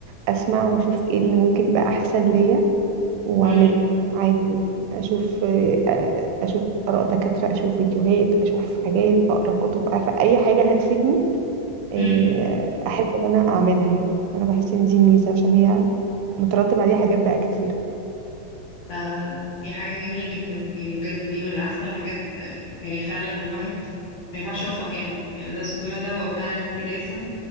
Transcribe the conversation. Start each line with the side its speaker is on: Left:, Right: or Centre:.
Right: اسمع واشوف ايه اللي ممكن يبقى احسن ليا واعمله
Left: امم
Right: عادي جدا اشوف آه، اشوف اراء دكاتره اشوف فيديوهات اشوف حاجات اقرا كتب عارفه اي حاجه هتفيدني آه،
Left: امم
Right: احب ان انا اعملها يعني انا بحس ان دي ميزه عشان هي مترتب عليها حاجات بقى كتير
Left: ده دي حاجة جميلة جدا يعني بجد دي من احسن الحاجات آم، يعني فعلا الواحد ما ينفعش يقف مكانه يعني بالذات في الزمن ده هو فعلا انت لازم